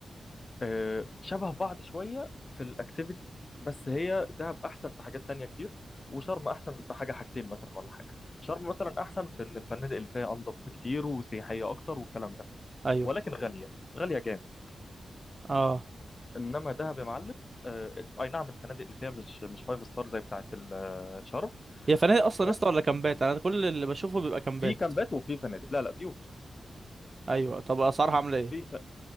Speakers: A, on the left; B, on the right.
A: آه، شبه بعض شوية في الأكتيفيتي بس هي دهب أحسن في حاجات تانية كتير وشرم أحسن في حاجة حاجتين مثلا ولا حاجة شرم مثلا أحسن في إن الفنادق اللي فيها أنظف بكتير وسياحية أكتر والكلام ده
B: ايوه
A: ولكن غالية غالية جامد
B: اه
A: إنما دهب يا معلم آه، أي نعم الفنادق اللي فيها مش مش فايف ستار زي بتاعة ال- آه، شرم
B: هي فنادق اصلا
A: بس
B: يا اسطى ولا كامبات انا كل اللي بشوفه بيبقى كامبات
A: في كامبات وفي فنادق لا لا في وفي
B: ايوه طب اسعارها عامله ايه
A: في